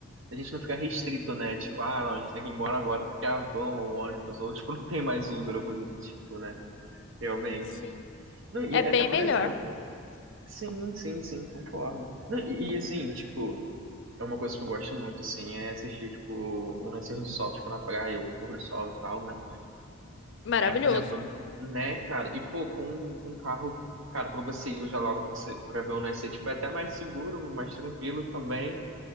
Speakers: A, on the right (about 70°); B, on the left (about 55°).
A: A gente não fica restrito, né? Tipo, ah, não, a gente tem que ir embora agora porque a van ou ônibus, ou, tipo, <laughs> não tem mais Uber ou coisa do tipo, né? Realmente.
B: Sim.
A: Não, e
B: É
A: é
B: bem
A: até, por
B: melhor.
A: exemplo. Sim, sim, sim, concordo. Não, e, e, assim, tipo. É uma coisa que eu gosto muito, assim, é assistir, tipo, o nascer do sol, tipo, na praia, ou o pôr do sol e tal, né?
B: Maravilhoso.
A: Por exemplo, né, cara? E pô, com, com um carro, cara, pra você ir já logo pra, você, pra ver o nascer, tipo, é até mais seguro, mais tranquilo também.